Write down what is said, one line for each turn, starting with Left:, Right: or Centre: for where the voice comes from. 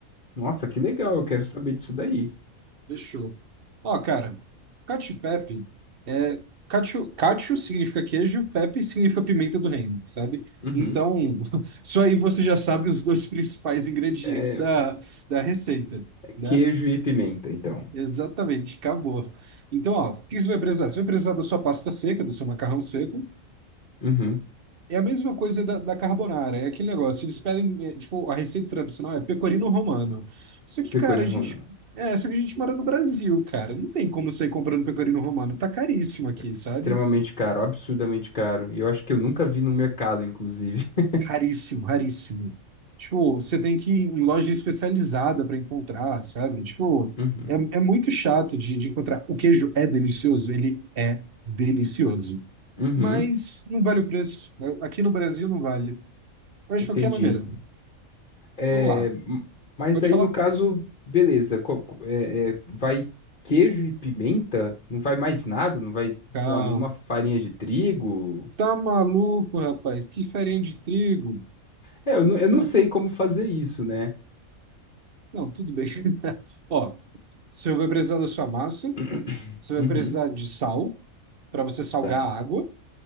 Left: Nossa, que legal, eu quero saber disso daí.
Right: Fechou. Ó, cara, Cacio e Pepe. Cacio, cacio significa queijo, pepe significa pimenta do reino, sabe?
Left: Uhum.
Right: Então, <laughs> isso aí você já sabe os dois <laughs> principais ingredientes
Left: É
Right: da, da receita, né?
Left: queijo e pimenta, então.
Right: Exatamente, acabou. Então, ó, o que você vai precisar? Você vai precisar da sua pasta seca, do seu macarrão seco.
Left: Uhum.
Right: É a mesma coisa da, da carbonara, é aquele negócio. Eles pedem, é, tipo, a receita tradicional é pecorino romano. Só que,
Left: Pecorino
Right: cara, a gente.
Left: Romano.
Right: É, só que a gente mora no Brasil, cara. Não tem como sair comprando pecorino romano. Tá caríssimo aqui, sabe?
Left: Extremamente caro, absurdamente caro. E eu acho que eu nunca vi no mercado, inclusive. <laughs>
Right: Raríssimo, raríssimo. Tipo, você tem que ir em loja especializada para encontrar, sabe? Tipo,
Left: Uhum.
Right: é, é muito chato de, de encontrar. O queijo é delicioso, ele é delicioso.
Left: Uhum.
Right: Mas não vale o preço. Aqui no Brasil não vale. Mas
Left: Entendi.
Right: de qualquer maneira,
Left: É,
Right: vamos lá.
Left: m- mas
Right: Pode
Left: aí,
Right: falar?
Left: no caso, beleza. co- co- é- é, vai queijo e pimenta? Não vai mais nada? Não vai,
Right: Calma.
Left: sei lá, nenhuma farinha de trigo?
Right: Tá maluco, rapaz? Que farinha de trigo?
Left: É, eu, não-
Right: Não,
Left: eu
Right: tá.
Left: não sei como fazer isso, né?
Right: Não, tudo bem. <laughs> Ó, você vai precisar da sua massa,
Left: <clears throat>
Right: você vai
Left: Uhum.
Right: precisar de sal para você salgar
Left: Tá.
Right: a água.